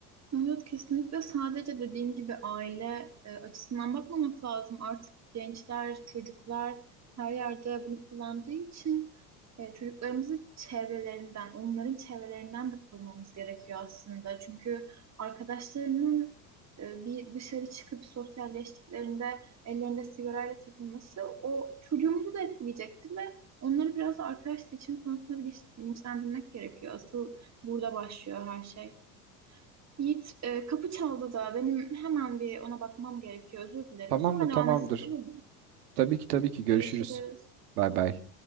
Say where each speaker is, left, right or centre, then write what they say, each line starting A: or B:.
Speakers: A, on the right; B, on the right.
A: Evet kesinlikle sadece dediğin gibi aile e, açısından bakmamak lazım. Artık gençler, çocuklar her yerde bunu kullandığı için e, çocuklarımızı çevrelerinden, onların çevrelerinden de korumamız gerekiyor aslında. Çünkü arkadaşlarının e, bir dışarı çıkıp sosyalleştiklerinde ellerinde sigarayla takılması o çocuğumuzu da etkileyecektir ve onları biraz da arkadaş seçimi konusunda bilinç- bilinçlendirmek gerekiyor. Asıl burada başlıyor her şey. Yiğit, e, kapı çaldı da benim hemen bir ona bakmam gerekiyor. Özür dilerim.
B: Tamamdır,
A: Sonra
B: tamamdır.
A: devam etsek olur mu?
B: Tabii ki tabii
A: Tamam,
B: ki görüşürüz.
A: Görüşürüz.
B: Bay bay.